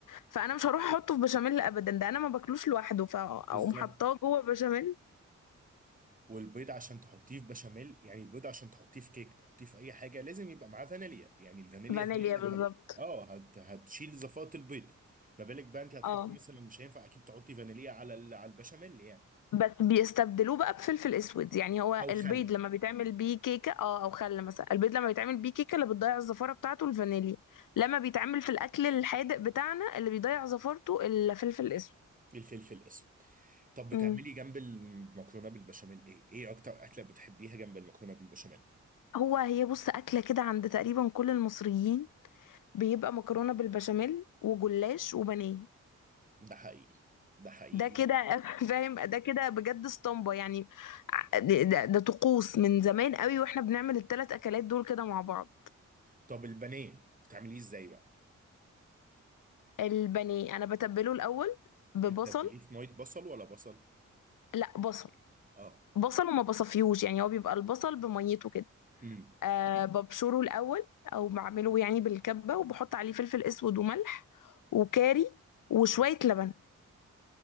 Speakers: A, on the left; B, on the right.
A: فانا مش هروح احطه في بشاميل ابدا ده انا ما باكلوش لوحده فاقوم
B: بالظبط
A: حطاه جوه بشاميل
B: والبيض عشان تحطيه في بشاميل يعني البيض عشان تحطيه في كيك تحطيه في أي حاجة لازم يبقى معاه فانيليا يعني الفانيليا
A: فانيليا
B: هي اللي
A: بالظبط
B: هت... أه هت... هتشيل زفاة البيض ما بالك بقى أنت هتحطي
A: اه
B: مثلا مش هينفع أكيد تحطي فانيليا على ال... على البشاميل يعني
A: بس بيستبدلوه بقى بفلفل اسود يعني هو
B: او
A: البيض
B: خل
A: لما بيتعمل بيه كيكه اه او خل مثلا البيض لما بيتعمل بيه كيكه اللي بتضيع الزفاره بتاعته الفانيليا لما بيتعمل في الاكل الحادق بتاعنا اللي بيضيع زفارته الفلفل
B: الفلفل الاسود طب بتعملي
A: الاسود
B: جنب المكرونه بالبشاميل ايه ايه اكتر اكله بتحبيها جنب المكرونه بالبشاميل
A: هو هي بص أكلة كده عند تقريبا كل المصريين بيبقى مكرونة بالبشاميل وجلاش وبانيه
B: ده حقيقي ده حقيقي
A: ده كده <laughs> فاهم ده كده بجد اسطمبة يعني ع- ده, ده ده طقوس من زمان قوي واحنا بنعمل التلات أكلات دول كده مع بعض
B: طب البانيه بتعمليه ازاي بقى
A: البانيه أنا بتبله الأول ببصل
B: بتتبليه في ميه بصل ولا بصل
A: لا بصل
B: اه
A: بصل وما بصفيهوش يعني هو بيبقى البصل بميته كده
B: امم
A: أه ببشره الأول أو بعمله يعني بالكبة وبحط عليه فلفل أسود وملح وكاري وشوية لبن